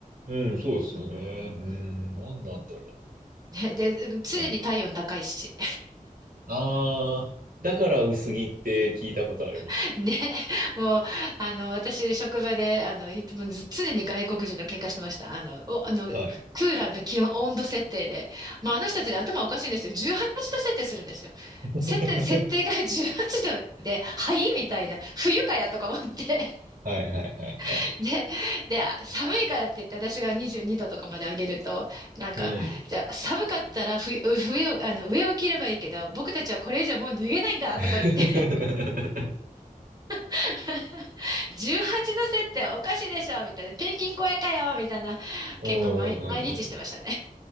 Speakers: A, on the right; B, on the right.
A: うん、そうですよね。
B: うん
A: うん、なんなんだろ
B: ね、で、うん常に体温高いし。
A: う。だな。あー、だから薄着って聞いたことあります。
B: <laughs> ね。もう、あの、私、職場で、あの、いつもず常に外国人の喧嘩してました。あの、お、あの、
A: はい。
B: クーラーの気温、温度設定で。まあ、あの人たちで頭おかしいんですよ。18度設定するんですよ。
A: <laughs>
B: 設定、設定が <laughs> 18度で、はいみたいな。冬かやとか思って。
A: はいはいはいはい。
B: <laughs> で、で、寒いからって言って、私が22度とかまで上げると、なんか、
A: うん。
B: じゃあ寒かったら冬、冬あの、上を着ればいいけど、僕たちはこれ以上もう脱げないんだとか言って。
A: <laughs>
B: <laughs> 18度設定おかしいでしょみたいな。ペンギン超えかよみたいな。
A: うんうんうんうん。
B: 結構毎、毎日してましたね。